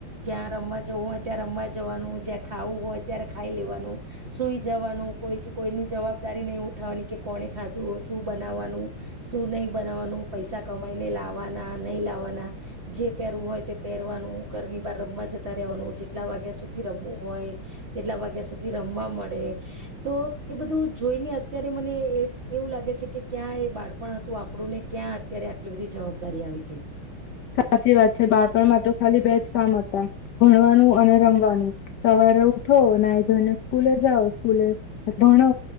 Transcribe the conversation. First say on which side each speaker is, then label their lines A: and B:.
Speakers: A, on the right; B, on the left.
A: જ્યાં રમવા જવું હોય, ત્યાં રમવા જવાનું જ્યાં ખાવું હોય ત્યારે ખાઈ લેવાનું, સુઈ જવાનું કોઈ જ કોઈની જવાબદારી નહી, ઉઠાવવાની કે કોને ખાધું, શું બનાવવાનું શું નહી બનાવવાનું પૈસા કમાઈને લાવવાના નહી લાવવાના જે પહેરવું હોય તે પહેરવાનું, ઘરની બહાર રમવા જતા રહેવાનું જેટલા વાગ્યા સુધી રમવું હોય તેટલા વાગ્યા સુધી રમવા મળે. તો એ બધું જોઈને અત્યારે મને એ એવું લાગે છે કે ક્યાં એ બાળપણ હતું આપડું ને ક્યાં અત્યારે આટલી બધી જવાબદારી આવી ગઈ.
B: સાચી વાત છે. બાળપણમાં તો ખાલી બે જ કામ હતા, ભણવાનું અને રમવાનું. સવારે ઉઠો, નાઈ-ધોઈને સ્કૂલે જાઓ, સ્કૂલે ભણો,